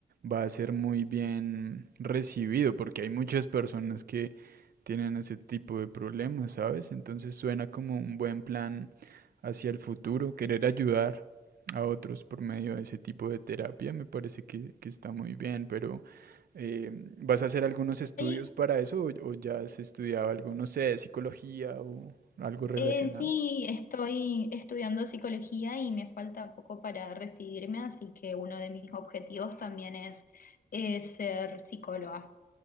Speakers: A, on the right; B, on the left.
A: va a ser muy bien recibido porque hay muchas personas que tienen ese tipo de problemas, ¿sabes? Entonces suena como un buen plan hacia el futuro, querer ayudar a otros por medio de ese tipo de terapia me parece que, que está muy bien, pero... Eh, ¿vas a hacer algunos estudios
B: Hay,
A: para eso o, o ya has estudiado algo, no sé, psicología o algo relacionado?
B: Eh, sí, estoy estudiando psicología y me falta poco para recibirme, así que uno de mis objetivos también es, eh, ser psicóloga.